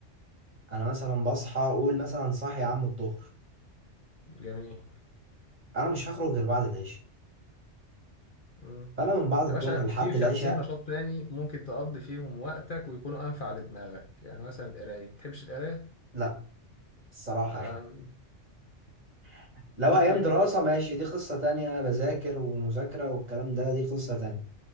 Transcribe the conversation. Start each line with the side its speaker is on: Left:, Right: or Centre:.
Right: انا مثلا بصحى اقول مثلا صاحي يا عم الظهر
Left: جميل
Right: انا مش هخرج غير بعد العشاء
Left: مم.
Right: فانا من بعد الظهر
Left: يا باشا
Right: لحد
Left: في خمسين
Right: العشاء
Left: نشاط تاني ممكن تقضي فيهم وقتك ويكونوا أنفع لدماغك يعني مثلا القراية متحبش القراية
Right: لا الصراحة
Left: أم،
Right: <laughs>
Left: ممكن
Right: لو ايام دراسة ماشي دي قصة تانية بذاكر ومذاكرة والكلام ده دي قصة تانية